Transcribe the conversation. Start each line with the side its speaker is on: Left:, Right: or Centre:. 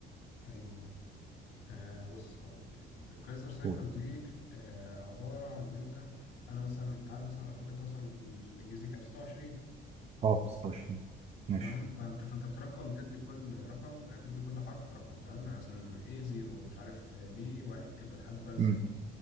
Left: ايوه آه بص هقول لك قيصر سايفر
Right: قول.
Left: دي آه عباره عن ان انت انا مثلا انت عارف مثلا الالفابت مثلا اللي في, ال- في الانجليزي كام 26
Right: اه 26 ماشي
Left: تمام فانت فانت بترقم بتدي كل رقم بتدي كل حرف رقم تمام يعني مثلا A 0 مش عارف آه، B واحد كده لحد بقى الزد
Right: امم